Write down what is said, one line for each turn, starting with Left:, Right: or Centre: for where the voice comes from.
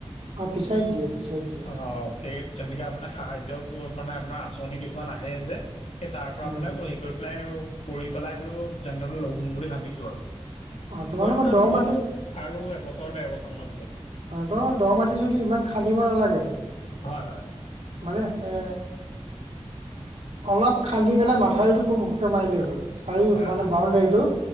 Right: অ ফিচাৰীত দিয়ে ফিচাৰীত দিয়ে
Left: অ'। সেই তেনেকা আপোনে সাহায্যৰ <unintelligible> মানে আপোনাৰ আচনি কিছুমান আহে যে। সেই তাৰ পৰা
Right: উম
Left: মানে হেৰি কৰি পেলাই কৰি পেলাই বোলোঁ যেনেতেনে লম বুলি ভাবিছোঁ আৰু।
Right: অ তোমালোকৰ
Left: কৰিম আৰু
Right: দ
Left: দুবছৰ
Right: মাটি
Left: আৰু এবছৰ ডেৰ বছৰ মানৰ পিছত।
Right: অ', দহ মাটি যদি ইমান খান্দিব নালাগে।
Left: হয়-হয়।
Right: মানে এ অলপ খান্দি পেলাই মাথাউৰিতটো খুব মাৰিলেই হ'ল চাৰি
Left: হয়
Right: মানে বৌন্দেৰিতো।